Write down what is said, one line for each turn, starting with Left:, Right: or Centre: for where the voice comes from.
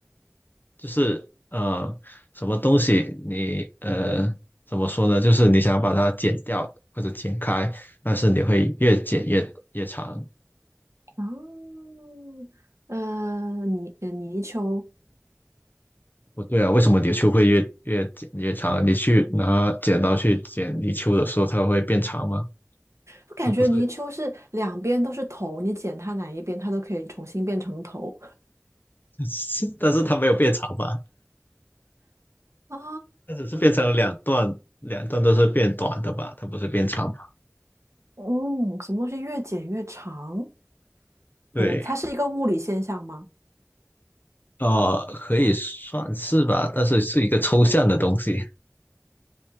Left: 就是呃，什么东西你呃怎么说呢？就是你想把它剪掉或者剪开，但是你会越剪越越长。
Right: 嗯，呃，泥呃泥鳅，
Left: 不对啊，为什么泥鳅会越越剪越长？你去拿剪刀去剪泥鳅的时候，它会变长吗？
Right: 我感觉泥鳅是两边都是头，
Left: 它不是，
Right: 你剪它哪一边，它都可以重新变成头。
Left: <laughs> 但是它没有变长吧？
Right: 啊，
Left: 但只是变成了两段，两段都是变短的吧？它不是变长吧。
Right: 嗯，什么东西越剪越长？
Left: 对，
Right: 呃，它是一个物理现象吗？
Left: 呃，可以算是吧，但是是一个抽象的东西，